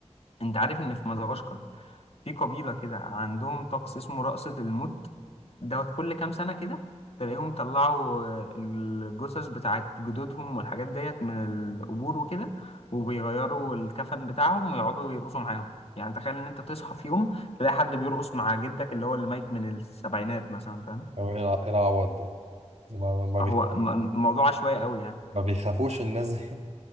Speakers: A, on the left; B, on the right.
A: انت عارف ان في مدغشقر في قبيله كده عندهم طقس اسمه رقصه الموت دوت كل كام سنه كده تلاقيهم طلعوا آه، الجثث بتاعت جدودهم والحاجات ديت من القبور وكده وبيغيروا الكفن بتاعهم ويقعدوا يرقصوا معاهم يعني تخيل ان انت تصحى في يوم تلاقي حد بيرقص مع جدك اللي هو اللي ميت من السبعينات مثلا فاهم
B: أو إيه الع- إيه العوض ده ما ما
A: هو
B: بي-
A: الم- الموضوع عشوائي قوي يعني
B: ما بيخافوش الناس دي